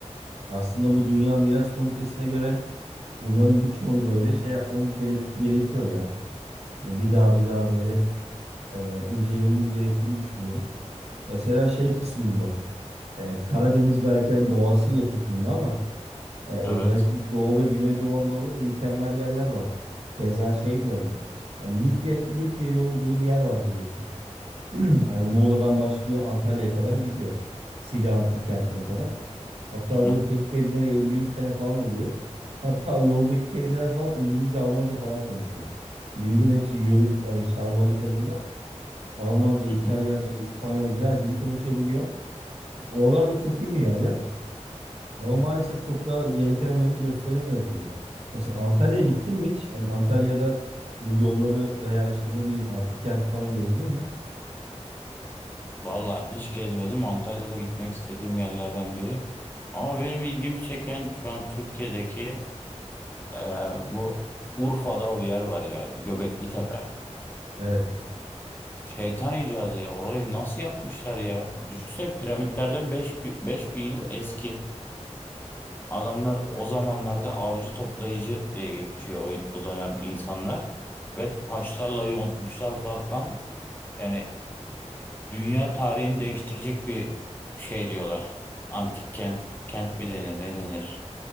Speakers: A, on the right (about 60°); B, on the left (about 15°).
A: Aslında bu Dünya Miras Komitesi'ne göre bunların birçoğunu böyle şey yapmamız gerek gerekiyor ya. Hani bir daha bir daha böyle e, incelememiz gerektiğini düşünüyorum. Mesela şey kısmı bak. E, Karadeniz belki hani doğasıyla çok ünlü ama e, özellikle
B: Evet.
A: Doğu ve Güneydoğu Anadolu'da mükemmel yerler var. Keza şey de öyle. Yani Likya, Likya yolu diye bir yer var biliyorsun. <clears throat> Hani Muğla'dan başlıyor Antalya'ya kadar gidiyor. Side Antik Kenti'ne kadar. Hatta
B: Hı
A: bu
B: hı.
A: keşfedilere 50-100 sene falan oluyor. Hatta yoldaki teyzeler falan İngilizce, Almanca falan konuşuyor. Bildiğin hepsi yörük, hani şalvarlı kadınlar. Almanca, İtalyanca,
B: Hı hı.
A: İspanyolca her dili konuşabiliyor. Oralar da çok ünlü yerler. Ama maalesef çok da gereken önemi gösteremiyoruz gibi. Mesela Antalya'ya gittin mi hiç? Hani Antalya'da bu yolları veya işte ne bileyim antik kenti falan gezdin mi?
B: Vallahi hiç gezmedim. Antalya'da gitmek istediğim yerlerden biri. Ama benim ilgimi çeken şu an Türkiye'deki e, bu Urfa'da o yer var ya. Göbekli Tepe.
A: Evet.
B: Şeytan icadı ya. Orayı nasıl yapmışlar ya? Düşünsene piramitlerden beş bi- 5000 yıl eski. Adamlar o zamanlarda avcı toplayıcı diye geçiyor o, o dönem insanlar. Ve taşlarla yontmuşlar falan. Yani dünya tarihini değiştirecek bir şey diyorlar. Antik kent, kent mi denir ne denir?